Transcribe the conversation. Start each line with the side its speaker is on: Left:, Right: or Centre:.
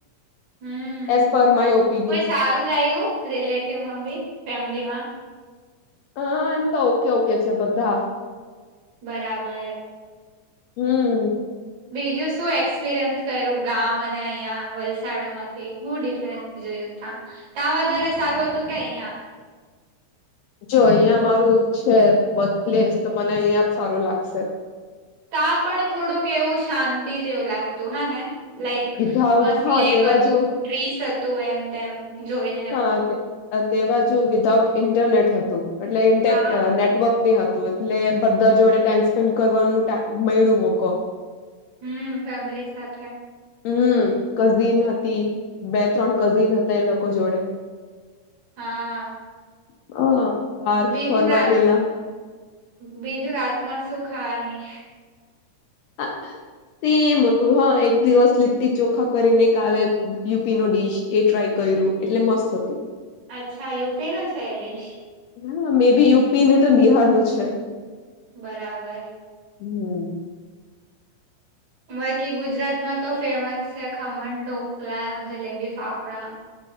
Right: હમ
Left: એઝ પર માય ઓપિનિયન
Right: કોઈ સારું લાવ્યું રિલેટિવમાં બી ફેમિલીમાં.
Left: હ એમ તો ઓકે ઓકે છે બધા
Right: બરાબર.
Left: હમ.
Right: બીજું શું એક્સપિરિયન્સ કર્યું ગામ અને અહીંયા વલસાડમાંથી હું ડિફરન્સ. જોયું ત્યા ત્યાં વધારે સારું હતું કે અહિયાં.
Left: જો અહિયાં મારું છે બ પ્લેસ તો મને અહિયાં જ સારું લાગશે.
Right: ત્યા પણ થોડુંક એવું શાંતિ જેવું લાગતું હે ને. લાઈક
Left: વિધાઉટ
Right: મસ્ત
Left: હા
Right: લેક
Left: તે બાજુ
Right: હતું ટ્રીસ હતું એમ તેમ. જોઈને એમ
Left: હા તે બાજુ વિધાઉટ ઇન્ટરનેટ હતું એટલે ઇ
Right: હા
Left: નેટવર્ક. ન હતું એટલે બધા જોડે ટાઈમ સ્પેન્ડ કરવાનું મળડું મોકો.
Right: હમ ફેમિલી સાથે.
Left: હમ કઝિન હતી બે ત્રણ કઝિન હતા એ લોકો જોડે.
Right: હા.
Left: હ. બાર
Right: બીજું
Left: ફરવા
Right: રાત
Left: ગેલા
Right: બીજું રાતમાં શું ખાવાની
Left: હા તેમ હતું હા એક દિવસ લીટટી ચોખા કરી નેક આવે યુપી ન ડીશ એ ટ્રાય કર્યું એટલે મસ્ત હતું.
Right: અચ્છા યુપે નો છે એ ડેશ.
Left: હા મે બી યુપી ને તો બિહારનું છે
Right: બરાબર.
Left: હમ.
Right: બાકી ગુજરાત માં તો ફેમસ છે ખમણ ઢોકલા જલેબી ફાફડા.